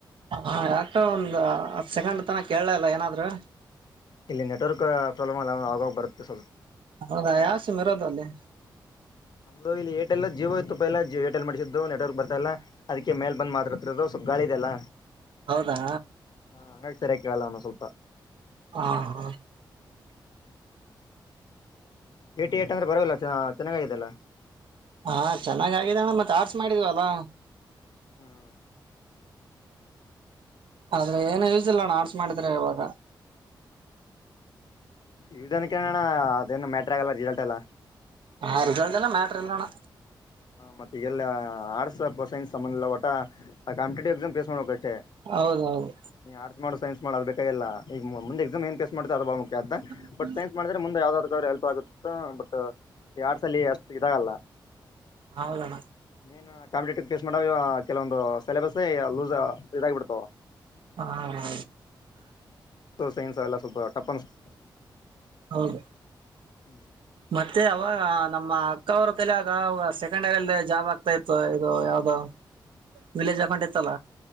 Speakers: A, on the right; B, on the left.
A: ಹಾ ಯಾಕೋ ಒಂದ್ ಹತ್ ಸೆಕಂಡ್ ತನಕ ಕೇಳಲ ಇಲ್ಲ ಏನಾದ್ರು
B: ಇಲ್ಲಿ ನೆಟ್ವರ್ಕ್ ಪ್ರಾಬ್ಲಮ್ಲ್ಲ ಆಗಾಗ ಬರುತ್ತೆ ಸ್ವಲ್ಪ
A: ಹೌದಾ ಯಾವ ಸಿಮ್ ಇರೋದು ಅಲ್ಲಿ
B: ಮೊದಲು ಏರ್ಟೆಲ್ ಜಿಯೋ ಇತ್ತುಪ್ಪ ಏರ್ಟೆಲ್ ಮಾಡಿಸಸಿದ್ದ ನೆಟ್ವರ್ಕ್ ಬರ್ತಾ ಇಲ್ಲ ಅದಕ್ಕೆ ಮೇಲ್ ಬಂದ್ ಮಾತಾಡತಾ ಇರೋದು ಸ್ವಲ್ಪ ಗಾಳಿ ಇದೆ ಅಲ್ಲ
A: ಹೌದಾ
B: ಹಾ ಹಂಗ ಹಾಗೆ ಸರಿಯಾಗಿ ಕೇಳೋಲ್ಲ ಒಂದೊಂದ್ ಸ್ವಲ್ಪ
A: ಹಾ ಹಾ
B: ಏಟಿ ಏಟ್ ಅಂದ್ರೆ ಪರವಾಗಿಲ್ಲ ಚೆನ್ನಾಗಾಗಿದೆಲ್ಲ
A: ಹಾ ಚೆನ್ನಾಗ್ ಆಗಿದೆ ಅಣ್ಣ ಮತ್ತ ಆರ್ಟ್ಸ್ ಮಾಡಿದ್ವಲ್ಲಾ
B: ಹ್ಮ್
A: ಆದ್ರೆ ಏನು ಯೂಸ್ ಇಲ್ಲ ಅಣ್ಣಾ ಆರ್ಟ್ಸ್ ಮಾಡಿದ್ರೆ ಇವಾಗ
B: ಇ ಜನ ಕೆನ್ ಅಣ್ಣ ಅದೇನು ಮ್ಯಾಟ್ರ ಆಗಲ್ಲ ರಿಸಲ್ಟ್ ಎಲ್ಲಾ
A: ಹಾ ರಿಸಲ್ಟ್ ಎಲ್ಲ ಮ್ಯಾಟ್ರ ಇಲ್ಲಣ್ಣ
B: ಮತ್ತೆ ಎಲ್ಲ ಆರ್ಟ್ಸ್ ಸೈನ್ಸ್ ಸಂಬಂಧ ಇಲ್ಲ ಒಟ್ಟ ಕಾಂಪಿಟೇಟಿವ್ ಎಕ್ಸಾಮ್ ಪೇಸ್ ಮಾಡಬೇಕಷ್ಟೆ
A: ಹೌದೌದು
B: ನೀ ಆರ್ಟ್ಸ್ ಮಾಡ ಸೈನ್ಸ್ ಮಾಡ ಅದ ಬೇಕಾಗಿಲ್ಲ ಈ ಮುಂದ ಎಕ್ಸಾಮ ಹೆಂಗ ಫೇಸ್ ಮಾಡತಿ ಅದು ಬಾಳ ಮುಖ್ಯ ಆಗ್ತದ ಅಂತ
A: ಹ <inaudible>
B: ಸೈನ್ಸ್ ಮಾಡಿದ್ರೆ ಮುಂದೆ ಯಾವ್ದಕ್ಕಾದ್ರು ಹೆಲ್ಪ್ ಆಗುತ್ತೆ ಬಟ್ ಈ ಆರ್ಟ್ಸ್ ಅಲ್ಲಿ ಅಷ್ಟು ಇದಾಗಲ್ಲ
A: ಹೌದಣ್ಣ
B: ಮೇನ್ ಕಾಂಪಿಟೇಟಿವ್ ಫೇಸ್ ಮಾಡಾಗ ಕೆಲವೊಂದು ಸಿಲೆಬಸ್ ಲೂಸ್ ಇದಾಗಬಿಡ್ತವು
A: ಹಾ
B: ಸೈನ್ಸ್ ಅವೆಲ್ಲ ಸ್ವಲ್ಪ ಟಫ್ ಅನ್ಸುತ್ತೆ
A: ಹೌದು
B: ಹ್ಮ್
A: ಮತ್ತೆ ಅವಾಗ ನಮ್ಮ ಅಕ್ಕ ಅವರು ಕಲಯಾಗ ಸೆಕೆಂಡ್ ಇಯರ್ ಅಲ್ಲಿ ಜಾಬ್ ಆಗ್ತಾ ಇತ್ತು ಇದು ಯಾವ್ದೋ ಅದು ವಿಲೇಜ್ ಅಕೌಂಟ್ ಇತ್ತಲ